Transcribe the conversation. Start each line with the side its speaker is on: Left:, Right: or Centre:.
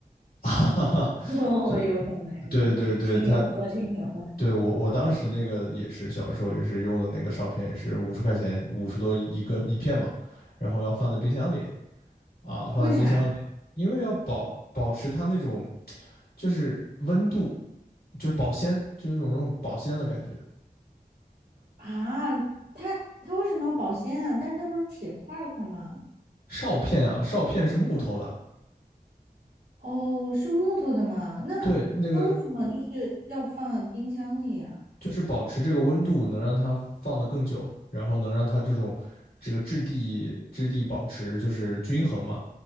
Left: <laughs> 哈哈哈，
Right: 哦 <laughs> 哦，
Left: <laughs>
Right: 有可能有可能，
Left: 对对对对，
Right: 吹牛了吹牛了，
Left: 他。对，我我当时那个也是小时候也是用的那个哨片，也是五十块钱五十多一根一片嘛，然后要放在冰箱里，啊，放在冰箱里，
Right: 为啥
Left: 因为要保保持它那种就是温度，就是保鲜，就有一种那种保鲜的感觉。
Right: 啊？他他为什么要保鲜啊？但是他不是铁块儿块儿吗？
Left: 哨片啊，哨片是木头的，
Right: 哦，是木头的吗？那那为什么就是要放冰箱里呀？
Left: 对，那个就是保持这个温度，能让它放得更久，然后能让它这种这个质地质地保持就是均衡嘛。